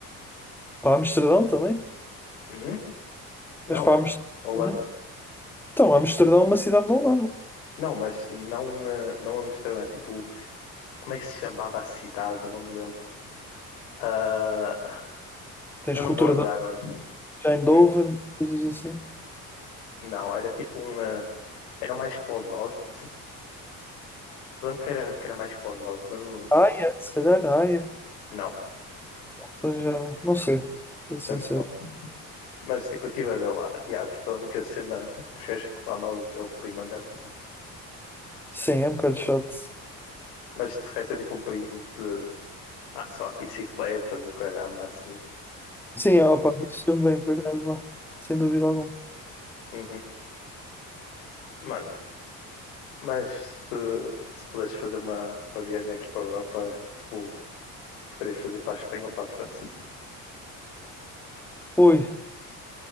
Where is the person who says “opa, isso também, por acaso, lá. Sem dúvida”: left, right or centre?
Centre